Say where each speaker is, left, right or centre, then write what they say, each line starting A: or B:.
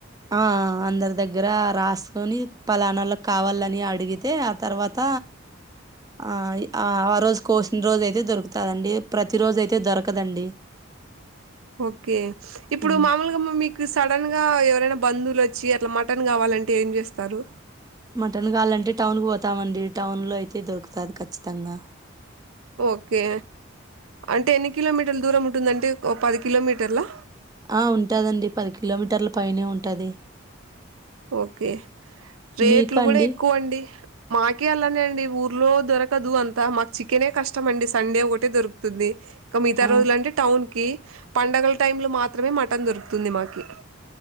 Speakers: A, on the right; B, on the right.
A: ఆ అందరి దగ్గర రాసుకొని పలానాల్లోకి కావలని అడిగితే తర్వాత ఆ ఆ రోజు కోసిన రోజు అయితే దొరుకుతదండి ప్రతి రోజు అయితే దొరకదండి
B: ఓకే ఇప్పుడు
A: హ్మ్.
B: మామూలుగ <unintelligible> సడన్గా <unintelligible> ఎవరైనా బంధువులు వచ్చి అట్లా మటన్ గావాలంటే ఏం చేస్తారు
A: మటన్ కావాలంటే టౌన్ కు పోతామండి టౌన్ లో అయితే దొరుకుతది ఖచ్చితంగ
B: ఓకే అంటే ఎన్ని కిలోమీటర్ల దూరం ఉంటుందంటె పది కిలోమీటర్లా
A: ఆ ఉంటాదండి పది కిలోమీటర్ల పైనే ఉంటది
B: ఓకే రేట్లు
A: మీకు
B: గూడ
A: అండి
B: ఎక్కువ అండి మాకే అల్లానే అండి ఊర్లో దొరకదు అంతా మాకు చికెనే కష్టం అండి సండే ఒకటే దొరుకుతుంది మిగతా
A: ఆ
B: రోజులు అంటే టౌన్ కి పంండగల టైమ్ లో మాత్రమే మటన్ దొరుకుతుంది మాకి